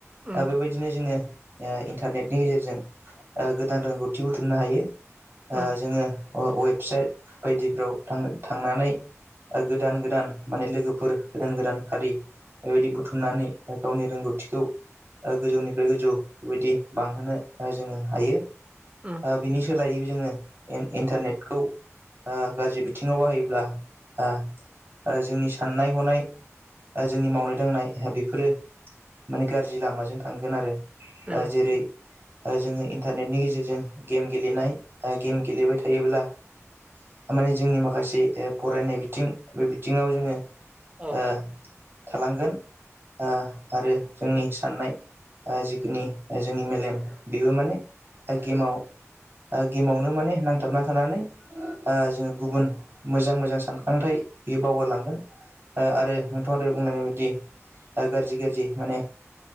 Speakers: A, on the right (about 25°); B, on the right (about 45°).
A: उम
B: ओ बेबायदिनो जोंङो ओ इन्टारनेटनि गेजेरजों ओ गोदान रोंगौथि बुथुमनो हायो। ओ
A: उम उम
B: जोंङो वे-वेबसाइट बायदिफ्राव थां-थांनानै ओ गोदान गोदान माने लोगोफोर गोदान गोदान खारि बेबायदि बुथुमनानै गावनि रोंगौथिखौ ओ गोजौनिफ्राय गोजौ बेबायदि बांहोनो ओ जोंङो हायो।
A: उम
B: ओ बिनि सोलायै इ इन्टारनेटखौ ओ गाज्रि बिथिङाव बाहायोब्ला ओ ओ जोंनि साननाय हनाय जोंनि मावनाय दांनाय बेफोरो माने गाज्रि लामाजों थांगोन आरो ओ
A: उम
B: जेरै ओ जोङो इन्टारनेटनि गेजेरजों गेम गेलेनाय ओ गेम गेलेबाय थायोब्ला थामाने जोंनि माखासे फरायनाय बिथिं बे बिथिङाव जोङो
A: औ
B: ओ थालांगोन ओ आरो जोंनि साननाय ओ जिखिनि जोंनि मेलेम बेबो माने गेमाव ओ गेमावनो माने नांथाबना थानानै ओ जोङो गुबुन मोजां मोजां सानखांथायाइ बियो बावगारलांगोन ओ आरो नोंथाङा ओरै बुंलायनाय बायदि गाज्रि गाज्रि माने